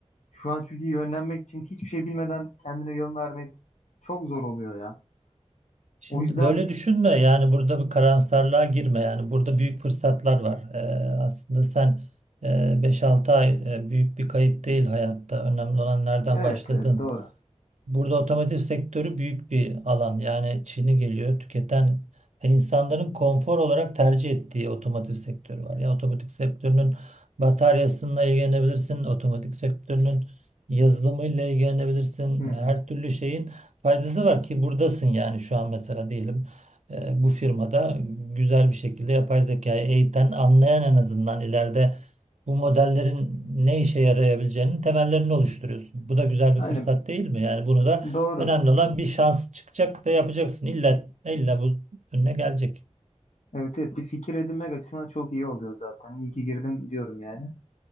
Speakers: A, on the left; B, on the right.
A: Şu an çünkü yönlenmek için hiçbir şey bilmeden kendine yön vermek çok zor oluyor ya.
B: Şimdi
A: O yüzden
B: böyle düşünme. Yani burada bir karamsarlığa girme. Yani burada büyük fırsatlar var. E, aslında sen e, 5-6 ay e, büyük bir kayıp değil hayatta. Önemli olan nereden
A: evet,
B: başladın.
A: evet doğru.
B: Burada otomotiv sektörü büyük bir alan. Yani Çin'i geliyor tüketen e, insanların konfor olarak tercih ettiği otomotiv sektörü var. Ya otomotiv sektörünün bataryasıyla ilgilenebilirsin, otomotiv sektörünün yazılımıyla ilgilenebilirsin.
A: Hı hı.
B: Her türlü şeyin faydası var ki buradasın yani şu an mesela diyelim e, bu firmada güzel bir şekilde yapay zekayı eğiten, anlayan en azından ileride bu modellerin ne işe yarayabileceğinin temellerini oluşturuyorsun. Bu da güzel
A: Aynen
B: bir fırsat değil mi? Yani bunu da
A: doğru.
B: önemli olan bir şans çıkacak ve yapacaksın. İlla, illa bu önüne gelecek.
A: Evet evet bir fikir edinmek açısından çok iyi oluyor zaten. İyi ki girdim diyorum yani.